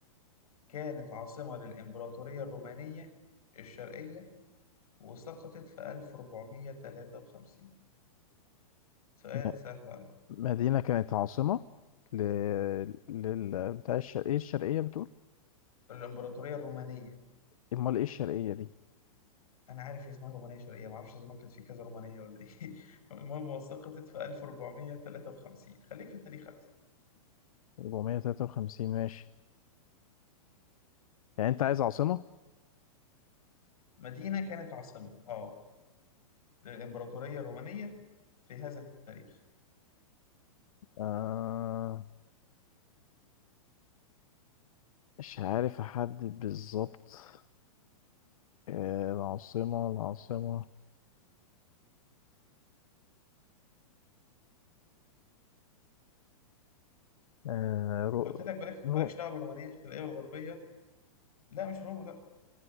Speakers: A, on the left; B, on the left.
A: كانت عاصمة للإمبراطورية الرومانية الشرقية وسقطت في 1453 سؤال
B: م-
A: سهل على فكرة
B: مدينة كانت عاصمة ل... لل بتاع الشرقية ايه الشرقية بتقول؟
A: الإمبراطورية الرومانية
B: امال ايه الشرقية دي؟
A: انا عارف هي اسمها رومانيه شرقيه ما اعرفش زمان كانت في كذا رومانيه ولا ايه <laughs> المهم وسقطت في 1453 خليك في التاريخ احسن
B: 453 ماشي يعني انت عايز عاصمة؟
A: مدينه كانت عاصمه اه للامبراطوريه الرومانيه في هذا التاريخ
B: آه... مش عارف احدد بالظبط آه... العاصمة العاصمة آه... رو...
A: ما قلت لك بلاش
B: رو...
A: مالكش دعوه بالرومانيه الشرقيه والغربيه لا مش روما لا